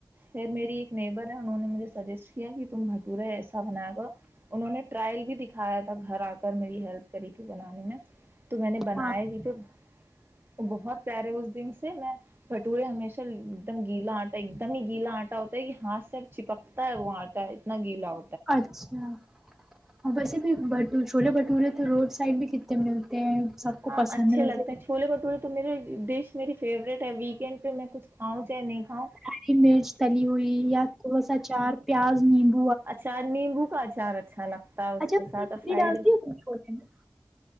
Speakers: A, on the right; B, in the centre.
A: پھر میری ایک نیبر ہے انہوں نے مجھے سجیسٹ کیا کہ تم بھٹورا ایسا بنا کر انہوں نے ٹرائل بھی دکھایا تھا گھر آ کر میری ہیلپ کری تھی بنانے میں تو میں نے بنائے
B: ہاں
A: بھی تھے وہ بہت پیارے اس دن سے میں بھٹورے ہمیشہ ایک دم گیلا آٹا ایک دم ہی گیلا آٹا ہوتا ہے کہ ہاتھ سےب چپکتا ہے وہ آٹا اتنا گیلا ہوتا ہے
B: اچھا ہاں ویسے بھی بٹ چھولے بھٹورے تو روڈ سائڈ بھی کتنے ملتے ہیں سب کو
A: ہاں
B: پسند
A: اچھے
B: ہے ویسے
A: لگتے
B: بھی
A: ہیں چھولے بٹورے تو میرے ڈش میری فیوریٹ ہے ویکینڈ پہ میں کچھ کھؤں چاہے نہیں کھاؤں
B: کالی مرچ تلی ہوئی یا تھوڑا سا چار پیاز نیند
A: اچار نیمبو کا اچار رکھ اچھا لگتا ہے اس
B: اچھا
A: کے ساتھ
B: <inaudible>
A: اور فرائڈ
B: ڈالتی ہے چھو دیں گے